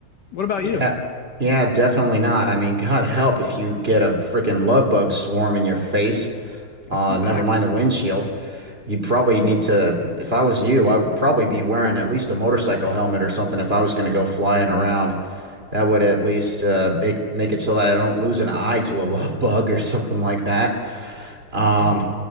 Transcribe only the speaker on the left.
What about
you?
exactly.